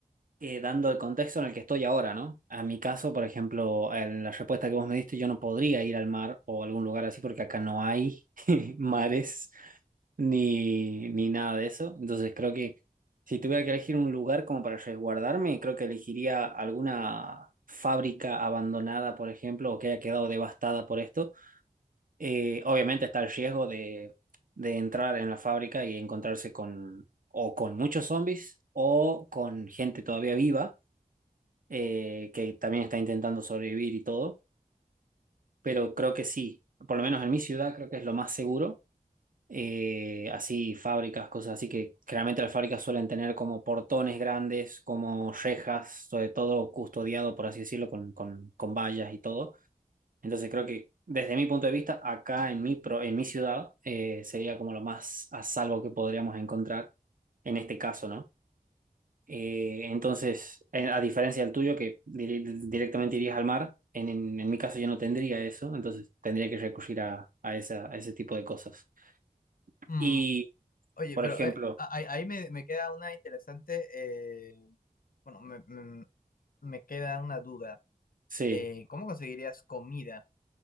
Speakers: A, on the right; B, on the left.
A: eh, dando el contexto en el que estoy ahora, ¿no? A mi caso, por ejemplo, en la respuesta que vos me diste, yo no podría ir al mar o a algún lugar así porque acá no hay <laughs> mares ni, ni nada de eso. Entonces creo que si tuviera que elegir un lugar como para resguardarme, creo que elegiría alguna fábrica abandonada, por ejemplo, o que haya quedado devastada por esto. Eh, obviamente está el riesgo de, de entrar en la fábrica y encontrarse con o con muchos zombies o con gente todavía viva eh, que también está intentando sobrevivir y todo, pero creo que sí, por lo menos en mi ciudad creo que es lo más seguro, eh, así fábricas, cosas así que generalmente las fábricas suelen tener como portones grandes, como rejas, sobre todo custodiado, por así decirlo, con, con, con vallas y todo. Entonces creo que desde mi punto de vista, acá en mi, pro- en mi ciudad, eh, sería como lo más a salvo que podríamos encontrar en este caso, ¿no? Eh, entonces, eh, a diferencia del tuyo, que dire- directamente irías al mar, en, en- en mi caso yo no tendría eso, entonces tendría que recurrir a, a esa, a ese tipo de cosas.
B: Mm,
A: Y,
B: Oye,
A: por
B: pero
A: ejemplo,
B: eh, a- ahí ahí me, me queda una interesante, eh, bueno, me, me- me queda una duda.
A: sí,
B: Eh, ¿cómo conseguirías comida?